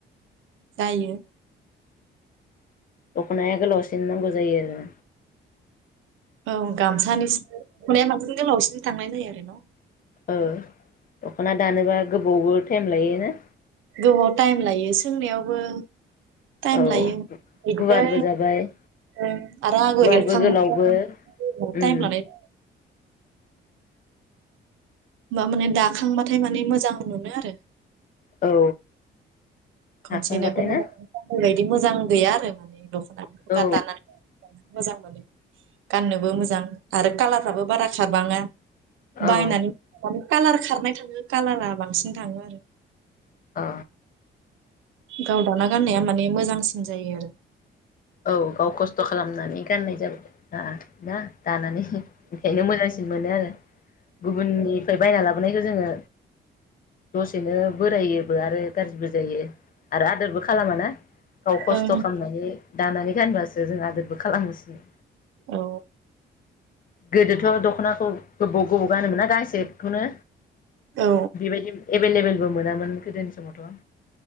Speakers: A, on the right; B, on the left.
A: जायो
B: दख'नाया गोलावसिन नांगौ जायो आरो‌
A: औ गामसानि <unintelligible> दखनाया बांसिन गोलावसिन थांनाय जायो आर हेल
B: ओ दख'ना दानोबा गोबावबो टाइम लायोना‌
A: गोबाव टाइम लायो सोंनायावबो टाइम
B: औ
A: लायो बिदिनो
B: गुवारबो जाबाय
A: ओ आरो आगर
B: गुवारबो
A: एरखां
B: गोलावबो
A: <inaudible>
B: उम
A: टाइम लानाय मा माने दाखांबाथाय माने मोजां मोनो आरो
B: औ
A: खनसेनो
B: हाखांबाथाय
A: <unintelligible>
B: ना
A: मोजां गैया आरो माने दख'ना
B: औ
A: दा दानानै मोजां मोनो गाननोबो मोजां आरो खालारफ्राबो बारा खारबाङा
B: औ
A: बायनानै <unintelligible> कालार खारनाय थाङो कालारा बांसिन थाङो आरो।
B: अ।
A: गाव दाना गाननाया माने मोजांसिन जायो आरो।
B: औ गाव खस्थ' खालामनानै गाननाय जाबाय हा ना दानानै इंखायनो मोजां। मोनो आरो गुबुननिफ्राय बायना लाबोनायखौ जोङो दसेनो बोरायोबो आरो गाज्रिबो जायो आरो आदोरबो खालामा ना। गाव खस्थ'
A: ओं
B: खालामनानै। दानानै गानबासो जों आदोरबो खालामनोसिनो।
A: औ।
B: गोदोथ' दख'नाखौ गोबाव गोबाव गानोमोनना गांसेखौनो?
A: औ
B: बेबायदि एभेललेबेल। बो मोनामोन गोदोनि समावथ'।